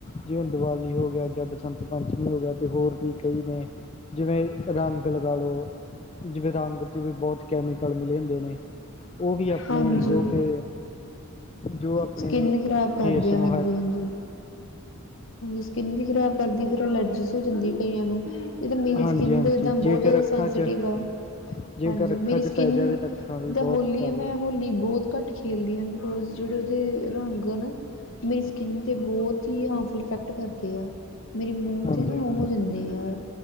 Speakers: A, on the left (about 25°); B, on the left (about 60°).
A: ਜਿਵੇਂ ਦੀਵਾਲੀ ਹੋ ਗਿਆ ਹੈ। ਜਾਂ ਬਸੰਤ। ਪੰਚਮੀ ਹੋ ਗਿਆ ਤੇ ਹੋਰ ਵੀ ਕਈ ਨੇ ਜਿਵੇਂ ਰੰਗ ਲਗਾ ਲੋ। ਜਿਵੇਂ ਰੰਗ 'ਚ ਵੀ ਬਹੁਤ ਕੈਮੀਕਲ ਮਿਲੇ ਹੁੰਦੇ ਨੇ ਉਹ ਵੀ ਆਪਣੇ
B: ਹਾਂਜੀ।
A: ਜੋ ਕਿ। ਜੋ ਆਪਣੇ
B: ਸਕਿੰਨ ਖਰਾਬ ਕਰਦੇ
A: ਫੇਸ
B: ਆ
A: ਨੂੰ
B: ਹਾਂਜੀ ਹਾਂਜੀ। ਸਕਿੰਨ ਵੀ ਖ਼ਰਾਬ ਕਰਦੀ, ਫਿਰ ਅਲਰਜੀ ਹੋ ਜਾਂਦੀ ਹੈ, ਕਈਆਂ ਨੂੰ। ਇਹ ਤਾਂ, ਮੇਰੀ
A: ਹਾਂਜੀ
B: ਸਕਿੰਨ
A: ਹਾਂਜੀ
B: ਏਦਾਂ
A: ਜੇਕਰ
B: ਬਹੁਤ ਜ਼ਿਆਦਾ
A: ਅੱਖਾਂ
B: ਸੈਂਸੀਟੀਵ
A: 'ਚ
B: ਆ।
A: ਜੇਕਰ
B: ਹਾਂਜੀ,
A: ਅੱਖਾਂ
B: ਮੇਰੀ
A: 'ਚ
B: ਸਕਿੰਨ
A: ਪੈ ਜਾਵੇ
B: ਜਿਦਾਂ
A: ਤਾਂ ਅੱਖਾਂ ਵੀ ਬਹੁਤ
B: ਹੋਲੀ
A: ਖ਼ਰਾਬ
B: ਹੈ, ਮੈਂ
A: ਹੋ ਜਾਂਦੀ
B: ਹੋਲੀ ਬਹੁਤ ਘੱਟ ਖੇਲਦੀ ਆ ਬਿਕੋਜ ਜਿਹੜੇ ਉਹਦੇ ਰੰਗ ਨਾ ਮੇਰੇ। ਕਹਿੰਦੇ ਬਹੁਤ ਹੀ ਹਾਮਫੁਲ ਇਫੈਕਟ ਕਰਦੇ ਆ। ਮੇਰੇ ਮੂੰਹ
A: ਹਾਂਜੀ
B: ਤੇ ਨਾ
A: ਹਾਂਜੀ
B: ਉਹ ਹੋ ਜਾਂਦੇ ਆ